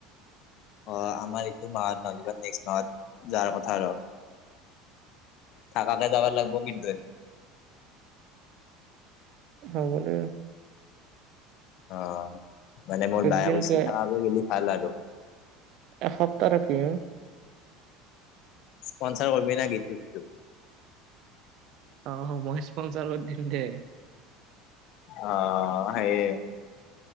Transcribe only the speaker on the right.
হ'ব দে যাম।
একদিনকে
এসপ্তাহ থাকিম।
আহ মই স্পনচাৰত দিম দে।